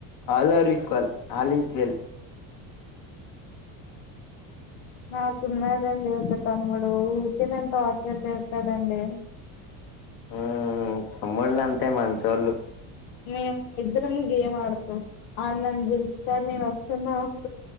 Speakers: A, on the left (about 50°); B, on the left (about 80°).
A: are are equal. All is, well.
B: నాకు ఉన్నాడండి. ఒక తమ్ముడు ఊకె నన్ను. టార్చర్ చేస్తాడండి
A: ఊ తమ్ముళ్ళు అంతే మంచోళ్ళు,
B: మేము ఇద్దరం గేమ్ ఆడుతాం. ఆడు నన్ను పిలుస్తాడు. నేను వస్తున్నా వస్తు